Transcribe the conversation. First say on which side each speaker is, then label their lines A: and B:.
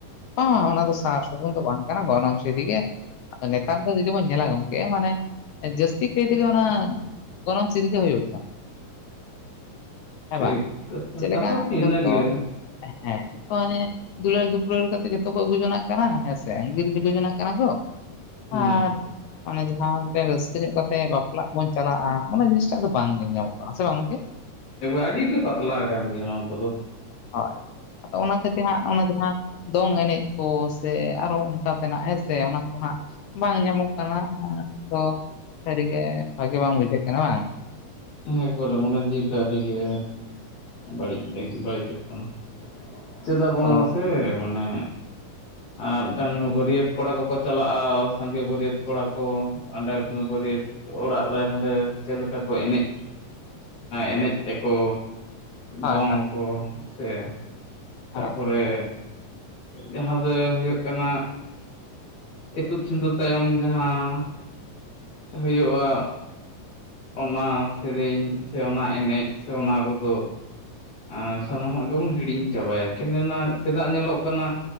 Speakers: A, on the left; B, on the left.
A: ᱵᱟᱝ ᱚᱱᱟ ᱫᱚ ᱥᱟᱨ ᱥᱟᱹᱜᱩᱱ ᱫᱚ ᱵᱟᱝ ᱠᱟᱱᱟ ᱜᱚᱱᱚᱝ ᱥᱤᱫᱷᱤᱜᱮ ᱟᱫᱚ ᱱᱮᱛᱟᱨ ᱫᱚ ᱡᱩᱫᱤ ᱵᱚᱱ ᱧᱮᱞᱟ ᱜᱚᱝᱠᱮ ᱢᱟᱱᱮ ᱡᱟᱹᱥᱛᱤ ᱠᱟᱭ ᱛᱮᱜᱮ ᱚᱱᱟ ᱜᱚᱱᱚᱝ ᱥᱤᱫᱷᱤ ᱜᱮ ᱦᱩᱭᱩᱜ ᱠᱟᱱᱟ ᱦᱮᱸ
B: ᱴᱷᱤᱠ
A: ᱵᱟᱝ
B: ᱠᱟᱛᱷᱟ
A: ᱪᱮᱫ ᱞᱮᱠᱟ
B: ᱠᱟᱛᱷᱟ ᱫᱚ ᱤᱱᱟᱹᱜᱮ
A: ᱡᱷᱚᱛᱚ ᱦᱮᱸ ᱢᱟᱱᱮ ᱢᱟ. ᱫᱩᱞᱟ. ᱬ ᱫᱩᱯᱰᱟᱣ ᱫᱩᱞᱟᱹᱲ ᱠᱟᱛᱮᱜ ᱡᱷᱚᱛᱚ ᱠᱚ ᱟᱹᱜᱩ ᱡᱚᱱᱟᱜ ᱠᱟᱱᱟ ᱦᱮᱸ ᱥᱮ ᱟᱸᱱᱴᱜᱤᱨ ᱡᱚᱱᱟᱜ ᱠᱟᱱᱟ ᱠᱚ
B: ᱦᱩᱸ
A: ᱟᱨ ᱚᱱᱮ ᱡᱟᱦᱟᱸ ᱢᱤᱫᱴᱮᱱ ᱨᱟᱹᱥᱠᱟᱹ ᱧᱚᱜ ᱠᱟᱛᱮ ᱵᱟᱯᱞᱟᱜ ᱵᱚᱱ ᱪᱟᱞᱟᱜ-ᱟ ᱚᱱᱟ ᱡᱤᱱᱤᱥᱴᱟᱜ ᱫᱚ ᱵᱟᱝ ᱧᱮᱞ ᱧᱟᱢᱚᱜ-ᱟ ᱟᱥᱚᱜ-ᱟ ᱜᱚᱝᱠᱮ
B: ᱦᱷᱦᱹᱰᱤᱜᱮ ᱯᱟᱛᱞᱟ ᱟᱠᱟᱱ ᱜᱮᱭᱟ ᱱᱚᱣᱟ ᱠᱚ ᱫᱚ
A: ᱦᱳᱭ ᱚᱱᱟ ᱦᱟᱜ ᱚᱱᱟ ᱡᱟᱦᱟᱸ ᱫᱚᱝ ᱮᱱᱮᱡ ᱠᱚ ᱥᱮ ᱟᱨᱚ ᱚᱱᱠᱟ ᱛᱮᱱᱟᱜ ᱦᱮᱸ ᱥᱮᱴ ᱚᱱᱟ ᱠᱚᱦᱟᱸᱜ ᱵᱟᱝ ᱧᱟᱢᱚᱜ ᱠᱟᱱᱟ ᱛᱚ ᱥᱟᱹᱨᱤᱜᱮ ᱵᱷᱟᱜᱤ ᱵᱟᱝ ᱵᱩᱡᱷᱟᱹᱜ ᱠᱟᱱᱟ ᱵᱟᱝ
B: ᱮᱠᱵᱟᱨᱮ ᱢᱚᱱᱮ ᱡᱤᱣᱤ ᱠᱚ ᱟᱹᱰᱤ ᱜᱮ ᱵᱟᱹᱲᱤᱡ ᱵᱟᱹᱲᱤᱡᱚᱜᱟ ᱠᱟᱱᱟ ᱪᱮᱫᱟᱜ ᱵᱟᱝᱟᱥᱮ
A: ᱚ
B: ᱢᱟᱱᱮ ᱟᱨ ᱢᱤᱫᱴᱟᱝ ᱵᱟᱹᱨᱭᱟᱹᱛ ᱠᱚᱲᱟ ᱠᱚᱠᱚ ᱪᱟᱞᱟᱜ-ᱟ ᱥᱟᱸᱜᱮ ᱵᱟᱹᱨᱭᱟᱹᱛ ᱠᱚᱲᱟ ᱠᱚ ᱚᱸᱰᱮ ᱵᱟᱹᱨᱭᱟᱹᱛ ᱚᱲᱟᱜ ᱨᱮ ᱦᱟᱸᱰᱮ ᱪᱮᱫ ᱞᱮᱠᱟ ᱠᱚ ᱮᱱᱮᱡ ᱮᱱᱮᱡ ᱛᱟᱠᱚ
A: ᱦᱳᱭ
B: ᱫᱚᱝ
A: ᱦᱳᱭ
B: ᱠᱚ ᱦᱮᱸ ᱥᱮ ᱛᱟᱯᱚᱨᱮ
A: ᱦᱮᱸ ᱦᱮᱸ
B: ᱡᱟᱦᱟᱸ ᱫᱚ ᱦᱩᱭᱩᱜ ᱠᱟᱱᱟ ᱤᱛᱩᱫ ᱥᱤᱸᱫᱩᱨ ᱛᱟᱭᱚᱢ ᱡᱟᱦᱟᱸ ᱦᱩᱭᱩᱜ-ᱟ ᱚᱱᱟ ᱥᱮᱨᱮᱧ ᱥᱮ ᱚᱱᱟ ᱮᱱᱮᱡ ᱥᱮ ᱚᱱᱟ ᱨᱩᱫᱚ ᱟᱨ ᱥᱟᱱᱟᱢᱟᱜ ᱜᱮᱵᱚᱱ ᱦᱤᱲᱤᱧ ᱪᱟᱵᱟᱭᱟ ᱠᱮᱱ ᱪᱮᱫᱟᱜ ᱧᱮᱞᱚᱜ ᱠᱟᱱᱟ